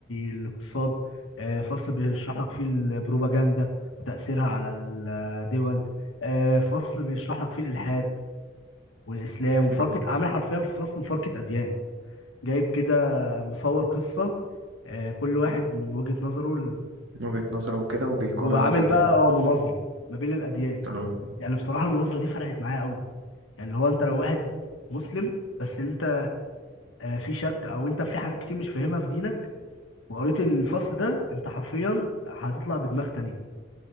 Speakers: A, on the left (about 85°); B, on the right (about 65°).
A: الاقتصاد آه، فصل بيشرح لك في البروباجندا وتأثيرها على الدول آه، فصل بيشرح لك في الإلحاد والإسلام ومفارقة
B: اه
A: عامل حرفيا في فصل مفارقة أديان جايب كده مصور قصة آه، كل واحد من وجهة نظره ال-
B: من وجهه نظره وكده وبيقارن
A: وعامل
B: ما بينهم
A: بقى
B: يعني
A: اه مناظرة ما بين الأديان
B: اه
A: يعني بصراحة المناظرة دي فرقت معايا قوي يعني اللي هو أنت لو واحد مسلم بس انت آه، في شك او انت في حاجات كتير مش فاهمها في دينك وقريت الفصل ده انت حرفيا هتطلع بدماغ تانية